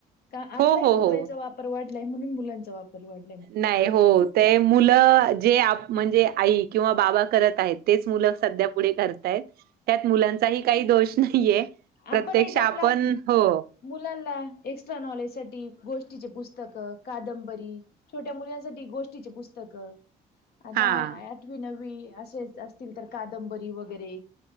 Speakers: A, on the left; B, on the right.
A: का, आपलाही
B: हो हो
A: मोबाईलचा
B: हो
A: वापर वाढलाय म्हणून मुलांचा वापर वाढला.
B: नाही हो ते मुलं जे म्हणजे आई किंवा बाबा. करत आहेत तेच मुलं सध्या पुढे करतायत त्यात मुलांचाही काही दोष नाहीये. प्रत्यक्ष
A: आपण ही त्यांना
B: आपण हो.
A: मुलांना जास्ती च्या द्याना साठी गोष्टीचे पुस्तकं, कादंबरी छोट्या मुलांसाठी गोष्टीचची पुस्तकं आता
B: हां.
A: आठवी, नववी असेच असतील तर कादंबरी वगैरे